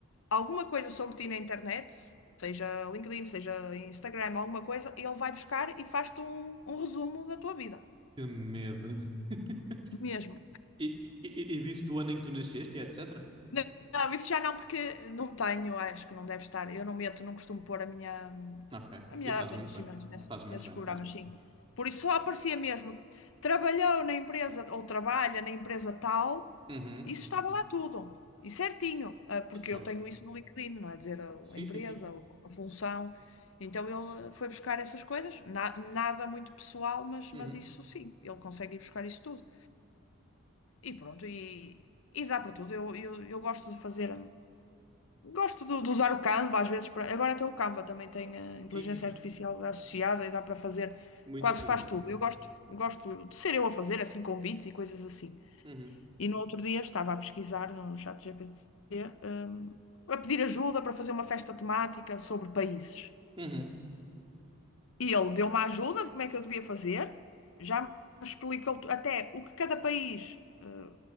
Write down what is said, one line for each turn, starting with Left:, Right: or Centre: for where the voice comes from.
Left: alguma coisa sobre ti na internet, seja LinkedIn, seja Instagram, alguma coisa, ele vai buscar e faz-te um, um resumo da tua vida.
Right: Que medo. <laughs>
Left: Mesmo.
Right: E, e, e e disse do ano em que tu nasceste e etc.
Left: Não, não, isso já não, porque não tenho, acho que não deve estar. Eu não meto, não costumo pôr a minha,
Right: Ok.
Left: a minha
Right: E faz
Left: data
Right: muito
Left: de nascimento
Right: bem.
Left: nessa-
Right: Faz muito
Left: nesses
Right: bem,
Left: programas,
Right: faz muito
Left: sim.
Right: bem.
Left: Por isso só aparecia mesmo. Trabalhou na empresa, ou trabalha na empresa tal,
Right: Uhum.
Left: isso estava lá tudo. E certinho, ah, porque
Right: Fogo.
Left: eu tenho isso no LinkedIn, não é dizer a,
Right: Sim,
Left: a empresa,
Right: sim, sim.
Left: ou a função. Então ele foi buscar essas coisas, na- nada muito pessoal, mas,
Right: Uhum.
Left: mas isso sim, ele consegue ir buscar isso tudo. E pronto, e, e dá para tudo. Eu, eu, eu gosto de fazer. Gosto de, de usar o Canva às vezes para. Agora até o Canva também tem eh, inteligência
Right: Sim, sim, sim.
Left: artificial associada e dá para fazer,
Right: Muita
Left: quase
Right: coisa.
Left: faz tudo. Eu gosto, gosto de ser eu a fazer assim convites e coisas assim.
Right: Uhum.
Left: E no outro dia estava a pesquisar no chat GPT, a pedir ajuda para fazer uma festa temática sobre países.
Right: Uhum.
Left: E ele deu uma ajuda de como é que eu devia fazer, já me explicou tu- até o que cada país, eh,